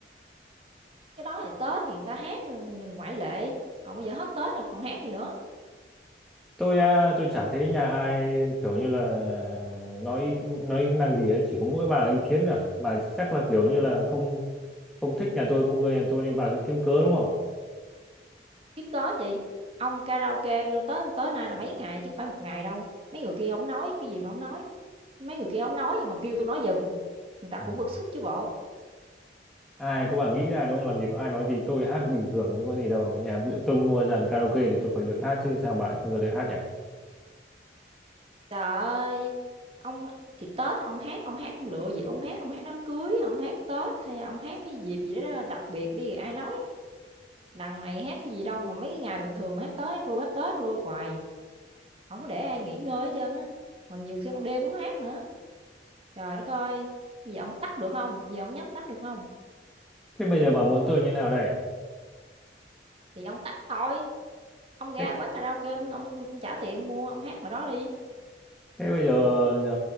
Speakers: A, on the right; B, in the centre.
A: Cái đó là Tết thì người ta hát, ừ, ngoại lệ, còn bây giờ hết Tết rồi còn hát gì nữa,
B: tôi à, tôi chả thấy nhà ai kiểu như là nói nói năng gì ấy. chỉ có mỗi bà là ý kiến à bà chắc là kiểu như là không không thích nhà tôi không ưa nhà tôi nên bà cứ kiếm cớ đúng không
A: kiếm cớ gì. Ông karaoke ờ, tới tới nay là mấy ngày chứ không phải một ngày đâu, mấy người kia không nói, cái gì mà không nói, mấy người kia không nói gì mà kêu tôi nói giùm, người ta
B: Ừ.
A: cũng bức xúc chứ bộ.
B: ai có bà nghĩ ra đúng không làm gì có ai nói gì tôi hát bình thường không có gì đâu nhà ví dụ tôi mua dàn karaoke thì tôi phải được hát chứ sao bà lại không cho tôi hát nhỉ
A: Trời ơi, ông thì Tết ông hát, ông hát ông lựa dịp ông hát, ông hát đám cưới, ông hát Tết hay ông hát cái dịp gì đó đặc biệt đi ai nói. Đằng này hát cái gì đâu mà mấy cái ngày bình thường mà hát tới hát lui, hát tới hát lui hoài. Hổng có để ai nghỉ ngơi hết trơn á, còn nhiều khi ban đêm cũng hát nữa. Trời đất ơi, bây giờ ổng tắt được không? Bây giờ ổng nhắm tắt được không?
B: thế bây giờ bà muốn tôi như nào đây
A: Thì ông tắt thôi, ông ra
B: thế,
A: quán karaoke ông ông ông trả tiền mua, ông hát ngoài đó đi,
B: thế bây giờ, giờ